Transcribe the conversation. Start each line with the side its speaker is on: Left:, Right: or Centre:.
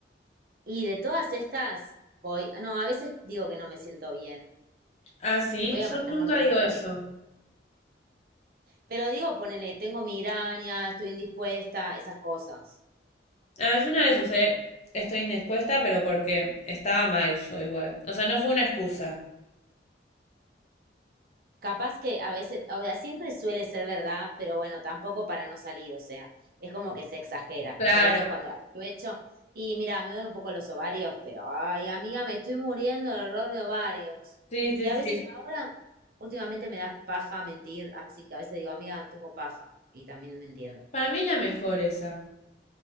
Right: Y de todas estas, voy, no, a veces digo que no me siento bien.
Left: Ah, sí,
Right: Voy
Left: yo
Right: a poner
Left: nunca
Right: no me
Left: digo
Right: siento
Left: eso.
Right: bien. Pero digo, ponele, tengo migraña, estoy indispuesta, esas cosas.
Left: Ah, yo una vez usé estoy indispuesta, pero porque estaba mal yo igual. O sea, no fue una excusa.
Right: Capaz que a veces, o sea, siempre suele ser verdad, pero bueno, tampoco para no salir, o sea, es como que se exagera.
Left: Claro.
Right: Yo a veces cuando aprovecho y mira, me duelen un poco los ovarios, pero ay, amiga, me estoy muriendo del dolor de ovarios.
Left: Sí, sí,
Right: Y a
Left: sí.
Right: veces ahora, últimamente me da paja mentir, así que a veces digo, amiga, tengo paja, y también me entienden.
Left: Para mí es la mejor esa.